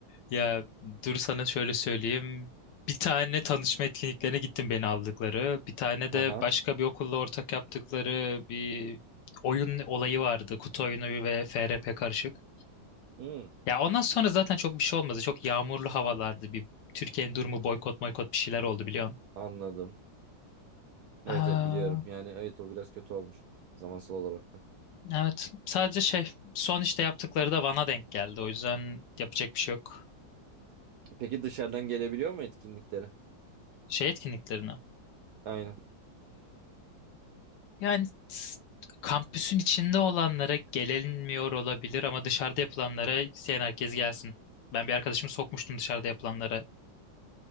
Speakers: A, on the left (about 70°); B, on the right (about 75°).
A: Ya dur sana şöyle söyleyeyim. Bir tane tanışma etkinliklerine gittim beni aldıkları. Bir tane
B: Aha.
A: de başka bir okulla ortak yaptıkları bir oyun olayı vardı. Kutu oyunu ve FRP karışık.
B: Hmm,
A: Ya ondan sonra zaten çok bir şey olmadı. Çok yağmurlu havalardı. Bir Türkiye'nin durumu boykot boykot bir şeyler oldu biliyorsun.
B: anladım.
A: Aa,
B: Evet evet biliyorum. Yani evet o biraz kötü olmuş. Zamansal olarak da.
A: evet. Sadece şey son işte yaptıkları da Van'a denk geldi. O yüzden yapacak bir şey yok.
B: Peki dışarıdan gelebiliyor mu etkinliklere?
A: Şey etkinliklerine.
B: Aynen.
A: Yani s- kampüsün içinde olanlara gelinmiyor olabilir ama dışarıda yapılanlara isteyen herkes gelsin. Ben bir arkadaşımı sokmuştum dışarıda yapılanlara.